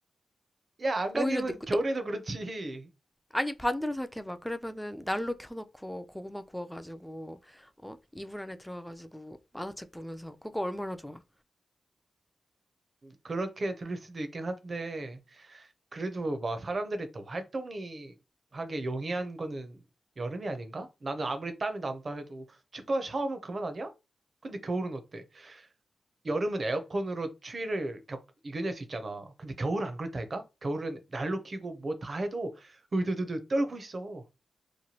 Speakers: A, on the right; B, in the centre.
A: 야, 안가님은
B: 오히려 니,
A: 겨울에도
B: 또,
A: 그렇지.
B: 아니, 반대로 생각해봐. 그러면은 난로 켜놓고 고구마 구워가지고, 어? 이불 안에 들어가가지고 만화책 보면서 그거 얼마나 좋아?
A: 그렇게 들릴 수도 있긴 한데, 그래도 막 사람들이 더 활동이 하게 용이한 거는 여름이 아닌가? 나는 아무리 땀이 난다 해도 치과 샤워하면 그만 아니야? 근데 겨울은 어때? 여름은 에어컨으로 추위를 겪, 이겨낼 수 있잖아. 근데 겨울은 안 그렇다니까? 겨울은 난로 켜고 뭐 다 해도 으드드드 떨고 있어.